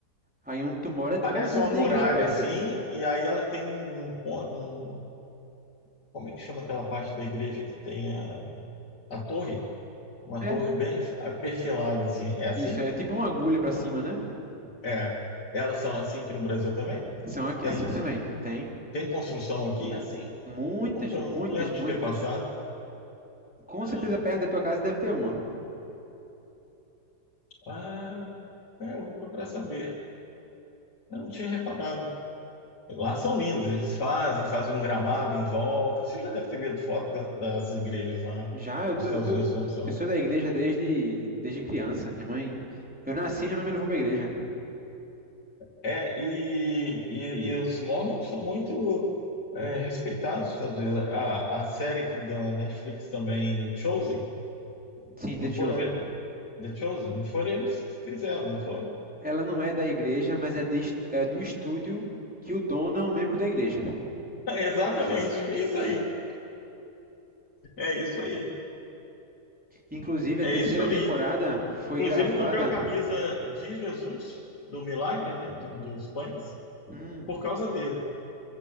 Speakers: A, in the centre; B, on the left.
A: Aí onde tu mora, com
B: Parece
A: certeza
B: uma
A: tem
B: muralha
A: igreja perto.
B: assim, e aí ela tem um, co- um- como é que chama aquela parte da igreja que tem a, a torre? Uma
A: É,
B: torre bem af- perfilada assim. É assim?
A: isso, é tipo uma agulha pra cima, né?
B: É. Elas são assim aqui no Brasil também?
A: São aqui-
B: Tem
A: assim também, tem.
B: tem construção aqui é assim?
A: Muitas,
B: Eu nunca,
A: muitas,
B: eu não lembro
A: muitas.
B: de ter passado.
A: Com
B: Ah,
A: certeza perto da tua casa deve ter uma.
B: ah, é, eu vou procurar saber. Eu não tinha reparado. Lá são lindos, eles fazem, fazem um gramado em volta. Você já deve ter visto foto da- das igrejas lá
A: Já, eu, tô,
B: nos Estados
A: eu, tô,
B: Unidos
A: eu
B: como são.
A: sou da igreja desde, desde criança. Minha mãe. Eu nasci e minha mãe me levou pra igreja.
B: É, e, e, e os Mormons são muito é, respeitados nos Estados Unidos. A, a série que- da Netflix também, o Chosen,
A: Sim,
B: não
A: The Chosen.
B: foram eles, The Chosen, não foram eles que fizeram, não foi? <laughs>
A: Ela não é da igreja, mas é, de- é do estúdio que o dono é um membro da igreja.
B: exatamente, é isso aí, é isso aí,
A: Inclusive, a
B: é
A: terceira
B: isso que eu
A: temporada
B: li.
A: foi
B: Inclusive,
A: gravada.
B: eu comprei uma camisa de Jesus, do milagre, né, do- dos pães,
A: Hum,
B: por causa dele.